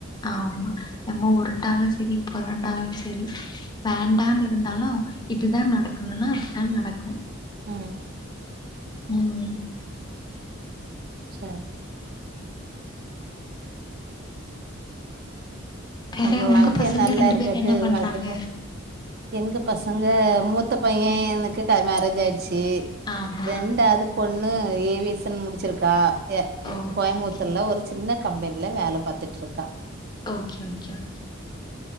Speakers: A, on the left (about 20°); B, on the right (about 50°).
A: ஆமா நம்ம உருண்டாலு சேரி பொறண்டாலு சேரி வேண்டான்னு இருந்தாலு இதுதா நடக்குதுன்னா அதுதா நடக்கு
B: ம்
A: ம் ம்
B: சேர் சே
A: வேற
B: உங்க வாழ்க்கையே
A: பசங்க
B: நல்லா
A: ரெண்டு
B: இருக்கக்கு
A: பேர் என்ன பண்றாங்க
B: வாழ்த்துக்கள் எங்க பசங்க மூத்த பையனக்கு மேரேஜ் ஆயிடுச்சு
A: ஆமா
B: ரெண்டாவது பொண்ணு ஏவியசன் முடிச்சிருக்கா எ ய
A: ஓகே
B: கோயம்முத்தூர்ல
A: ஓகே
B: ஒரு சின்ன கம்பெனில வேல பாத்துட்டு இருக்கா
A: ஓகே ஓகே ஓகே